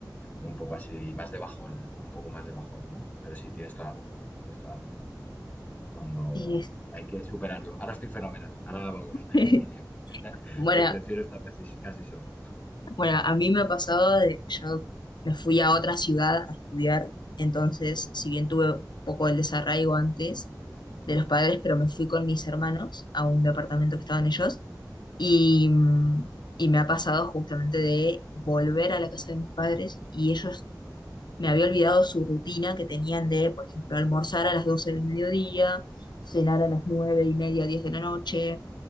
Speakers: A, on the left; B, on the left.
A: un poco así, más de bajón, un poco más de bajón, ¿no? Pero sí, tienes toda la razón, tienes toda la razón. Cuando
B: Y es-
A: hay que superarlo. Ahora estoy fenomenal, ahora vamos. <laughs>
B: <laughs> bueno,
A: Prefiero estar casi, casi solo.
B: Bueno, a mí me ha pasado de yo me fui a otra ciudad a estudiar, entonces, si bien tuve un poco el desarraigo antes de los padres, pero me fui con mis hermanos a un departamento que estaban ellos y, mm, y me ha pasado justamente de volver a la casa de mis padres y ellos me había olvidado su rutina que tenían de, por ejemplo, almorzar a las 12 del mediodía, cenar a las 9 y media, 10 de la noche